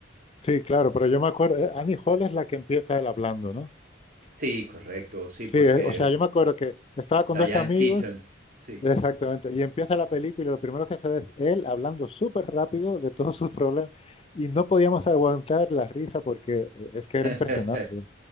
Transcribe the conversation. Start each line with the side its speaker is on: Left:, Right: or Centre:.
Left: Sí, claro, pero yo me acuerdo, eh, Annie Hall es la que empieza él hablando, ¿no?
Right: Sí, correcto, sí, porque
Left: Sí, eh, o sea,
Right: el
Left: yo me acuerdo que estaba con
Right: Diane
Left: dos amigos,
Right: Keaton, sí.
Left: exactamente, y empieza la película y lo primero que se ve es él hablando súper rápido de todos sus problemas y no podíamos aguantar la risa porque eh, es que era
Right: <laughs>
Left: impresionante.